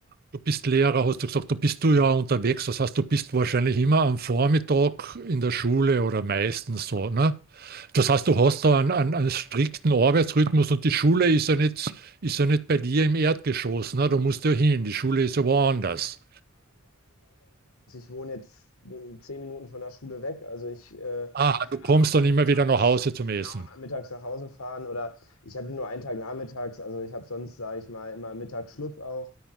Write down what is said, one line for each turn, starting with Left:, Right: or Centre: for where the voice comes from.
Right: Du bist Lehrer, hast du gesagt, du bist du ja unterwegs. Das heißt, du bist wahrscheinlich immer am Vormittag in der Schule oder meistens so. Ne? Das heißt, du hast da einen, einen, einen strikten Arbeitsrhythmus und die Schule ist ja nicht, ist ja nicht bei dir im Erdgeschoss. Ne? Da musst du ja hin. Die Schule ist ja woanders.
Left: wohne jetzt mh, zehn Minuten von der Schule weg, also ich äh, kann
Right: Ah, du kommst
Left: dann auch mal
Right: dann immer
Left: mittags,
Right: wieder nach Hause zum
Left: genau
Right: Essen.
Left: mittags nach Hause fahren oder ich habe nur einen Tag nachmittags, also ich habe sonst, sage ich mal, immer Mittagsschluss auch.